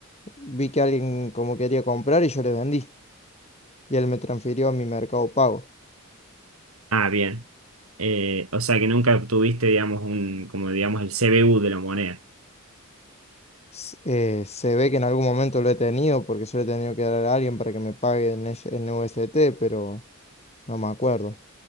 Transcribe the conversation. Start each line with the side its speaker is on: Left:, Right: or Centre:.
Left: vi que alguien como quería comprar y yo le vendí. Y él me transfirió a mi Mercado Pago.
Right: Ah, bien. Eh, o sea que nunca obtuviste, digamos, un, como digamos, el CBU de la moneda.
Left: S- eh, se ve que en algún momento lo he tenido porque se lo he tenido que dar a alguien para que me pague en, ese- en USDT, pero no me acuerdo.